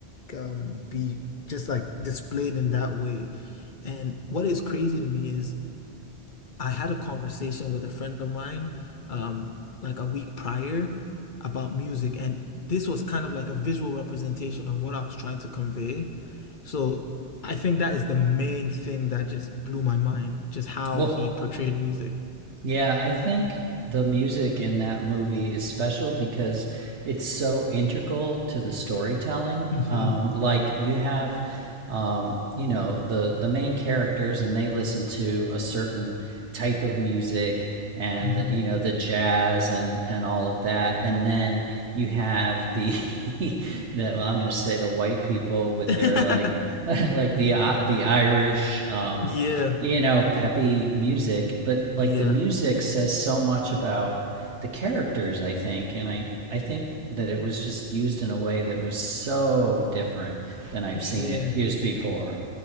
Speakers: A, on the left; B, on the right.
A: um be just like displayed in that way. And what is crazy to me is I had a conversation with a friend of mine um like a week prior about music and this was kind of like a visual representation of what I was trying to convey. So I think that is the main thing that just blew my mind, just how
B: Well,
A: he portrayed music.
B: Yeah, I think the music in that movie is special because it's so integral to the storytelling.
A: hmm
B: Um, like you have, um, you know, the the main characters, and they listen to a certain type of music, and
A: hmm
B: you know the jazz and and all of that, and then you have the <laughs> the well, I'm going to say the white people with
A: <laughs>
B: their like <laughs> like the I the Irish, um,
A: Yeah,
B: you know, peppy music, but like
A: yeah,
B: the music says so much about the characters, I think, and I I think that it was just used in a way that was so different than I've
A: yeah.
B: seen it used before.